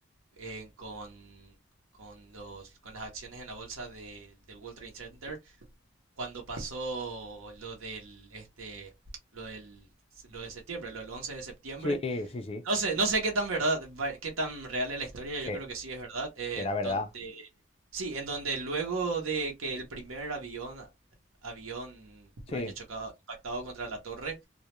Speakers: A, on the right; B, on the left.
A: eh, con, con, los, con las acciones en la bolsa de- del World Trade Center cuando pasó lo del, este, lo del, lo de septiembre, lo del once de septiembre.
B: Sí, sí, sí,
A: No sé, no sé qué tan verdad, va- qué tan real es la historia,
B: sí,
A: yo creo que sí es verdad, en
B: será verdad.
A: donde, sí, en donde luego de que el primer avión, avión
B: Sí.
A: haya chocado, impactado contra la torre,